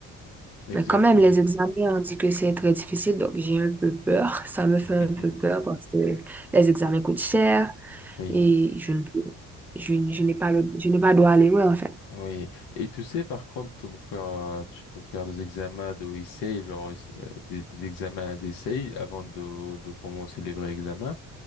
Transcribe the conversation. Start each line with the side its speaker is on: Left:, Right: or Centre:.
Left: Exactement.
Centre: Mais quand même, les examens, on dit que c'est très difficile, donc j'ai un peu peur. <laughs> Ça me fait
Left: <laughs>
Centre: un peu peur parce que les examens coûtent cher
Left: Oui,
Centre: et je ne peux, je, n- je n'ai pas le, je n'ai pas droit à l'erreur, en fait.
Left: oui. Et tu sais, par contre, tu peux faire, euh, tu peux faire des examens d'essai, genre euh, des, des examens d'essai avant de, de commencer les vrais examens.